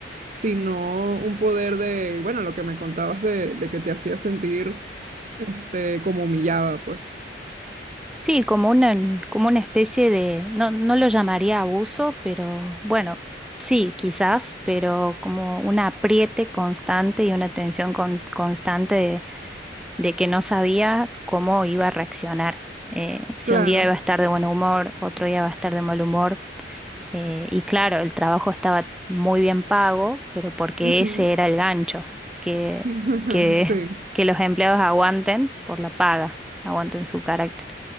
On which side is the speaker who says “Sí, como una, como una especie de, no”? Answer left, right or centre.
Centre